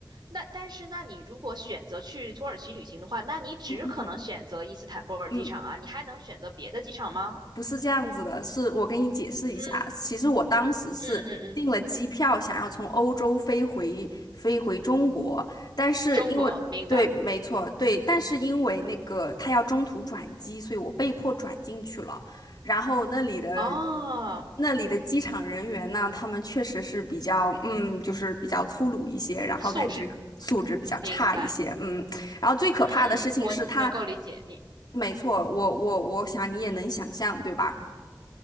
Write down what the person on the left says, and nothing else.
嗯嗯。
不是这样子的，是我跟你解释一下，
其实我当时是订了机票，
想要从欧洲飞回飞回中国，但是因为对，
没错，对，但是因为那个他要中途转机，所以我被迫转进去了，然后那里的。
那里的机场人员呢，他们确实是比较，嗯，就是比较粗鲁一些，然后感觉素质比较差一些，
嗯。然后最可怕的事情是他，
没错，我我我想你也能想象，对吧？